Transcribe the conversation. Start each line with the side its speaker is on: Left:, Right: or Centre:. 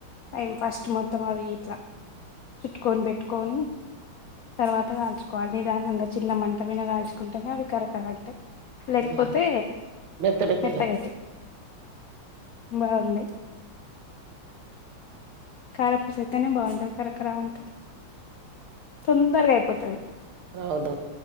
Left: టైం ఫస్ట్ మొత్తం అవి ఇట్లా చుట్టుకొని పెట్టుకొని తర్వాత కాల్చుకోవాలి నిదానంగా చిన్న మంటపైన కాల్చుకుంటేనే అవి కరకరా అంటాయి లేకపోతే
Right: హ్మ్. మెత్త మెత్తగా.
Left: మెత్తగైతాయ్ బాగున్నాయి కారపూస అయితేనే బాగుంటది కరకరా అంటాది తొందరగా అయిపోతుంది
Right: అవును